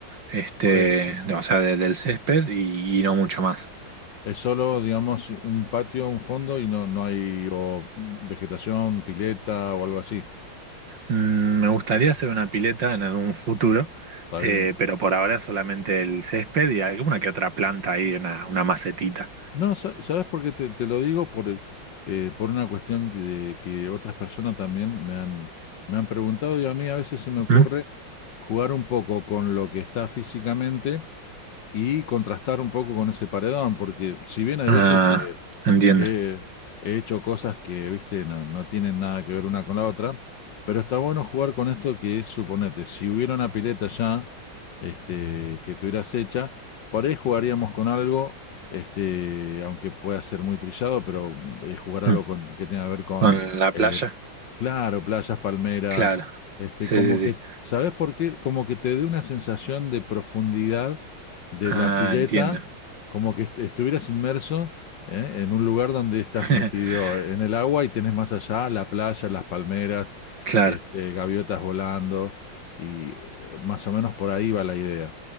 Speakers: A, on the right (about 60°); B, on the left (about 65°).
A: este,
B: Por eso.
A: o sea, de- del césped y y no mucho más.
B: Es solo, digamos, un patio, un fondo y no, no hay o mm, vegetación, pileta o algo así.
A: Mm, Me gustaría hacer una pileta en algún futuro,
B: Está bien.
A: eh, pero por ahora solamente el césped y alguna que otra planta ahí, una, una macetita.
B: No, sa- ¿sabes por qué te, te lo digo? Por, el- eh, por una cuestión de que otras personas también me han, me han preguntado y a mí a veces se me ocurre
A: ¿Mm?
B: jugar un poco con lo que está físicamente y contrastar un poco con ese paredón, porque si bien hay
A: Ah,
B: veces que
A: entiendo.
B: que he hecho cosas que, viste, no, no tienen nada que ver una con la otra, pero está bueno jugar con esto que es, suponete, si hubiera una pileta ya, este, que tuvieras hecha, por ahí jugaríamos con algo, este, aunque pueda ser muy trillado, pero mm, eh, jugar algo
A: Mm.
B: con, que tenga que ver con,
A: ¿Con la
B: eh,
A: playa?
B: claro, playas, palmeras,
A: Claro.
B: este,
A: Sí,
B: como
A: sí, sí.
B: que, ¿sabes por qué? Como que te dé una sensación de profundidad de
A: Ah,
B: la pileta,
A: entiendo.
B: como que est- estuvieras inmerso ¿eh? En un lugar donde estás
A: <laughs>
B: metido en el agua y tenés más allá la playa, las palmeras,
A: Claro,
B: este, gaviotas volando, y eh, más o menos por ahí va la idea.